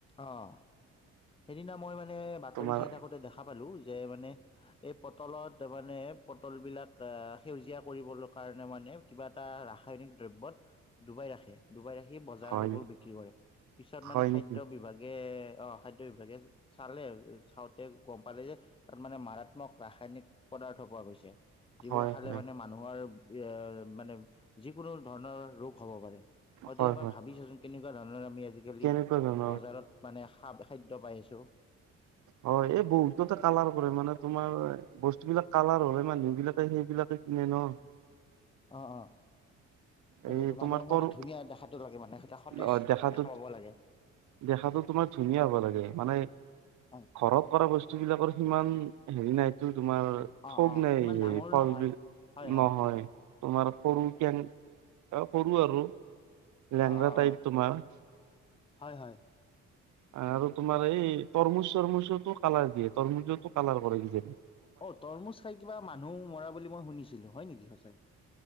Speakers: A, on the left; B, on the right.
A: অঁ। সেইদিনা মই মানে বাতৰি
B: তোমাৰ
A: চাই থাকোঁতে দেখা পালোঁ যে মানে এই পটলত মানে। পটলবিলাক সেউজীয়া কৰিবলৈ কাৰণে মানে কিবা এটা ৰাসায়নিক দ্ৰব্যত ডুবাই ৰাখে ডুবাই ৰাখী। সেই বজাৰত
B: হয়
A: সেইবোৰ বিক্ৰী কৰে পিছত
B: হয়
A: মানে
B: নেকি
A: খাদ্য। বিভাগে অ খাদ্য বিভাগে চালে চাওঁতে গম পালে যে তাত মানে মাৰাত্মক। ৰাসায়নিক পদাৰ্থ পোৱা গৈছে। যিবোৰ
B: হয়
A: খালে
B: হয়
A: মানে মানুহৰ এ। মানে যিকোনো ধৰণৰ ৰোগ হ'ব পাৰে। তহঁতি
B: হয়
A: এবাৰ
B: হয়
A: ভাবিছাচোন কেনেকুৱা। ধন ৰামি।
B: কেনেকুৱা কাম <unintelligible>
A: বজাৰত মানে খা খাদ্য পাইছোঁ।
B: হয় এই বহুতে কালাৰ কৰে মানে তোমাৰ। বস্তু বিলাক কালাৰ হলে মানুহ বিলাকে সেইবিলাকে কিনে ন।
A: অ অ। তাকেইতো
B: এই তোমাৰ
A: মানুহক
B: তৰ
A: মানে ধুনীয়া দেখাটো লাগে মানে। এটা সতেজ
B: অ দেখাতো
A: দেখা পাব লাগে
B: দেখাতো তোমাৰ ধুনীয়া হ'ব লাগে মানে
A: হয়
B: ঘৰত কৰা বস্তু বিলাক। সিমান হেৰি, নাইটো। তোমাৰ থোক
A: অ অ
B: নাই
A: সিমান ডাঙৰো
B: ফল
A: নহয়
B: বিষ,
A: হয় হয়
B: নহয়। তোমাৰ সৰু কেং, সৰু আৰু। লেংৰা।
A: অ অ অ
B: তোমাৰ।
A: হয় হয়
B: আৰু তোমাৰ এই তৰমুজ তৰমুজতো কালাৰ দিয়ে তৰমুজো কালাৰ কৰে কিজান।
A: অ তৰমুজ খাই কিবা মানুহ মৰা বুলি মই শুনিছিলো হয় নেকি সঁচাই।